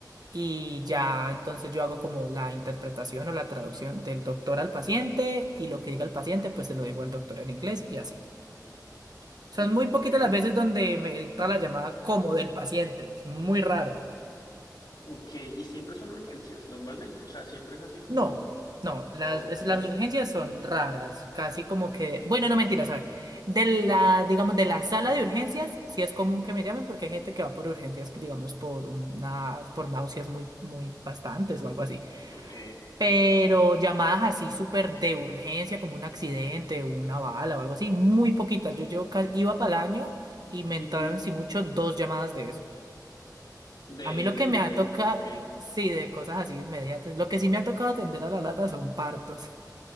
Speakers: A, on the right; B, on the left.
A: Y ya entonces yo hago como la interpretación o la traducción del doctor al paciente y lo que diga el paciente pues se lo digo al doctor en inglés y así. Son
B: uf,
A: muy poquitas
B: ok,
A: las veces donde me entra la llamada como del paciente, es muy raro.
B: ok, y siempre son urgencias, normalmente, o sea, siempre es así como,
A: No, no, las,
B: oh, ok,
A: es- las urgencias son raras, casi como
B: ok,
A: que, bueno, no mentira, ¿saben? De la, digamos, de la sala de urgencias sí es común que me llamen porque hay gente que va por urgencias, digamos, por unas, por náuseas muy, muy bastantes o algo así.
B: ok,
A: Pero llamadas así súper de urgencia, como un accidente, una bala o algo así, muy poquitas. Yo, yo ca- iba para el año y me
B: ujú,
A: entraron, si mucho, dos llamadas de eso.
B: De,
A: A mí lo que
B: de,
A: me ha
B: de,
A: tocado,
B: ok.
A: sí, de cosas así inmediatas, lo que sí me ha tocado atender a la lata son partos.